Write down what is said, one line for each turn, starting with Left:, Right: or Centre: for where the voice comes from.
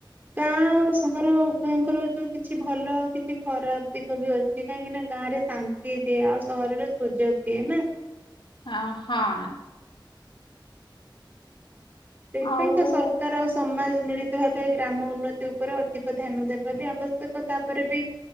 Right: ଗାଁ ଆଉ ସହର ଉଭୟଙ୍କର ଯୋଉ କିଛି ଭଲ ଓ କିଛି ଖରାପ ଦିଗ ବି ଅଛି କାହିଁକି ନା ଗାଁ ରେ ଶାନ୍ତି ଦିଏ ଆଉ ସହରରେ ସୁଯୋଗ ଦିଏ ନା
Left: ଅ ହଁ
Right: ସେଥିପାଇଁ
Left: ଆଉ
Right: ତ ସରକାର ଆଉ ସମାଜ ମିଳିତ ଭାବେ ଗ୍ରାମ ଉନ୍ନତି ଉପରେ ଅଧିକ ଧ୍ୟାନ ଦେବା ବି ଆବଶ୍ୟକ ତାପରେ ବି